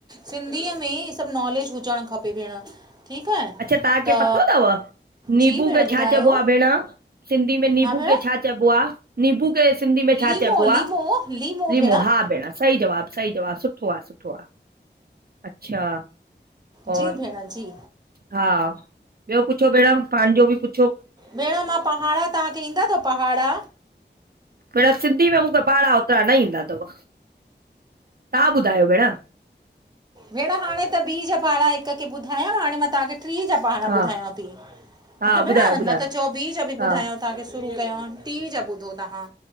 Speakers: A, on the right; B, on the right.
A: सिंधीअ में सभु नॉलेज हुजणु खपे भेण। ठीकु आहे
B: अच्छा तांखे
A: त
B: पतो थव नीबू
A: जी भेण
B: खे
A: ॿुधायो
B: छा चइबो आ भेण सिंधी में नीबू
A: हा भेण
B: खेे छा चइबो आ, नीबू खे सिंधी में छा
A: लीमो
B: चइबो
A: लीमो
B: आ
A: लीमो
B: लिमो
A: भेण
B: हा भेण सही जवाब सही सुठो आ सुठो आ अच्छा
A: जी
B: और
A: भेण जी
B: हा ॿियो पुछो भेण पांजो बि कु
A: भेण मां पहाड़ा तांखे ईंदा थव पहाड़ा
B: भेण सिंधी में मुखे पहाड़ा ओतिरा न ईंदा थव तां ॿुधायो भेण
A: भेण हाणे त ॿी जख पहाड़ा हिकु कर के ॿुधायां हाणे मां तांखे थ्री जा पहाड़ा
B: हा
A: ॿुधायां ती।
B: हा
A: ठीकु आ भेण
B: ॿुधायो
A: न
B: ॿुधायो
A: त चओ ॿी जा बि
B: हा
A: ॿुधायांव तांखे शुरू कयां टीं जा ॿुधो तहां